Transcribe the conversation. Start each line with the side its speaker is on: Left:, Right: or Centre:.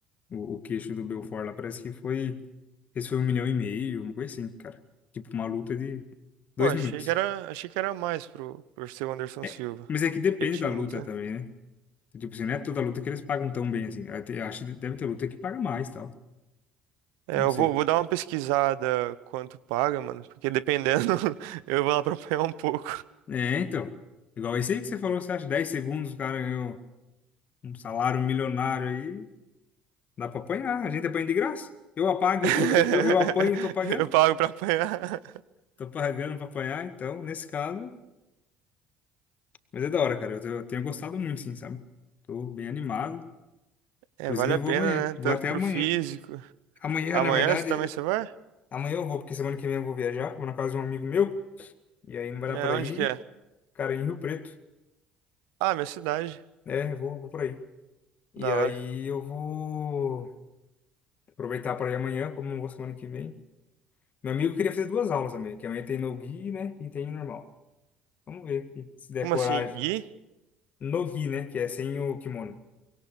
Left: o, o queixo do Belfort lá, parece que foi. Esse foi um milhão e meio, uma coisa assim, cara. Tipo, uma luta de dois
Right: Pô, achei
Left: minutos.
Right: que era, achei que era mais pro, pro seu Anderson
Left: É,
Right: Silva.
Left: mas é que depende
Right: Ele tinha
Left: da luta
Right: muita.
Left: também, né? Tipo assim, não é toda luta que eles pagam tão bem assim. Ah, tem- Acho que deve ter luta que paga mais tal.
Right: É,
Left: Não
Right: eu
Left: sei.
Right: vou, vou dar uma pesquisada quanto paga, mano, porque dependendo, <laughs> eu vou lá pra apanhar um pouco.
Left: É, então. Igual esse aí que você falou, você acha 10 segundos, o cara ganhou um salário milionário aí. Dá pra apanhar, a gente apanha de graça. Eu apago,
Right: <laughs>
Left: eu, eu, eu apanho e tô pagando.
Right: Eu pago pra apanhar.
Left: Tô pagando pra apanhar, então, nesse caso. Mas é da hora, cara. Eu, tô- eu tenho gostado muito, sim, sabe? Tô bem animado.
Right: É,
Left: Inclusive,
Right: vale
Left: eu
Right: a
Left: vou
Right: pena,
Left: amanhã.
Right: né?
Left: Vou
Right: Tanto
Left: até
Right: pro
Left: amanhã.
Right: físico.
Left: Amanhã,
Right: Amanhã
Left: na verdade,
Right: você também
Left: eu-
Right: você vai?
Left: amanhã eu vou, porque semana que vem eu vou viajar. Vou na casa de um amigo meu. E aí não vai
Right: É,
Left: dar pra
Right: onde
Left: ir,
Right: que é?
Left: cara, em Rio Preto.
Right: Ah, minha cidade.
Left: É, eu vou, vou pra aí. E
Right: Da
Left: aí
Right: hora.
Left: eu vou aproveitar pra ir amanhã, como não vou semana que vem. Meu amigo queria fazer duas aulas também, que amanhã tem no-gi, né? E tem normal. Vamos ver aqui, se der
Right: Como
Left: coragem.
Right: assim, Gui?
Left: No-gi, né? Que é sem o kimono.